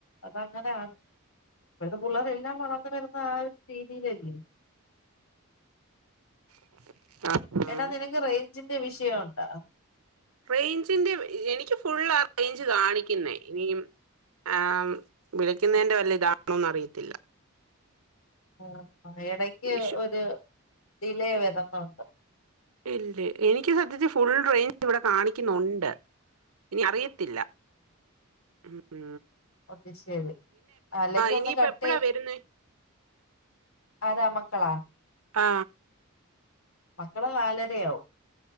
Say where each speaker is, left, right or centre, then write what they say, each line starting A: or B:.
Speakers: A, on the left; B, on the right.
A: അതങ്ങനെയാണ്. ഇപ്പോഴത്തെ പിള്ളേരെ എല്ലാം വളർന്നു വരുന്ന ആ സിബി നജിം
B: <unintelligible> ആഹ്
A: എടാ നിനക്ക് റെ ഞ്ചിന്റെ വിഷയുണ്ടോ?
B: റേഞ്ചിന്റെ എ എനിക്ക് ഫുൾ ആ റേഞ്ച് കാണിക്കുന്നേ, ഇനിയും ആ വിളിക്കുന്നതിന്റെ വല്ല ഇതാണോന്ന് അറിയത്തില്ല.
A: ആഹ ആ ഇടക്ക്
B: ഇഷു
A: ഒരു റിലേ വരുന്നുണ്ട്.
B: ഇല്ല എനിക്ക് സദ്യത്തി ഫുൾ റേഞ്ച് ഇവിടെ കാണിക്കുന്നുണ്ട് ഇനി അറിയ ത്തില്ല. ആ
A: ഒന്നിച്ചത് അല്ലേങ്കിൽ
B: ഇനിയിപ്പ
A: ഒന്ന് കട്ട്
B: എപ്പഴാ
A: ചെ
B: വരുന്നേ
A: ആരാമക്കളാ
B: ആ
A: മക്കള നാലരയാവും.